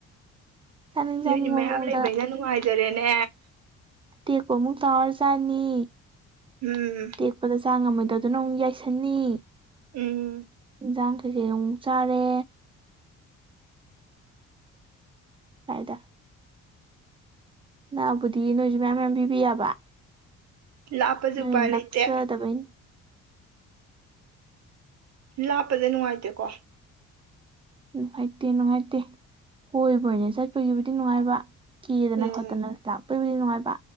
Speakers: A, on the right; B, on the right.
A: ꯆꯅꯤꯡ ꯆꯅꯤꯡꯕ
B: ꯅꯣꯏꯗꯤ ꯃꯌꯥꯝ
A: ꯃꯑꫭꯡꯗ
B: ꯂꯩꯕꯅꯤꯅ ꯅꯨꯡꯉꯥꯏꯖꯔꯦꯅꯦ꯫
A: ꯇꯦꯛꯄ ꯃꯨꯛ ꯇꯥꯎꯔ ꯆꯥꯅꯤ꯫
B: ꯎꯝ꯫
A: ꯇꯦꯛꯄꯗ ꯆꯥꯡ ꯉꯝꯃꯣꯏꯗꯗꯨꯅ ꯑꯃꯨꯛ ꯌꯥꯏꯁꯟꯅꯤ꯫
B: ꯎꯝ꯫
A: ꯏꯟꯁꯥꯡ ꯀꯩꯀꯩꯒ ꯃꯨꯛ ꯆꯥꯔꯦ꯫ <unintelligible> ꯅꯛꯑꯕꯨꯗꯤ ꯅꯣꯏꯁꯨ ꯃꯌꯥꯝ ꯃꯌꯥꯝ ꯄꯤꯕꯤ ꯌꯥꯕ꯫
B: ꯂꯥꯞꯄꯁꯨ
A: ꯅꯣꯏ
B: ꯎꯄꯥꯏ
A: ꯅꯛꯆꯗꯕꯩ
B: ꯂꯩꯇꯦ꯫ ꯂꯥꯞꯄꯁꯦ ꯅꯨꯡꯉꯥꯏꯇꯦꯀꯣ꯫
A: ꯅꯨꯡꯉꯥꯏꯇꯦ ꯅꯨꯡꯉꯥꯏꯇꯦ ꯀꯣꯏꯕ ꯑꯣꯏꯅ ꯆꯠꯄꯒꯤꯕꯨꯗꯤ ꯅꯨꯡꯉꯥꯏꯕ꯫ ꯀꯦꯗꯅ
B: ꯎꯝ
A: ꯈꯣꯠꯇꯅ ꯂꯥꯛꯄꯕꯨꯗꯤ ꯅꯨꯡꯉꯥꯏꯕ꯫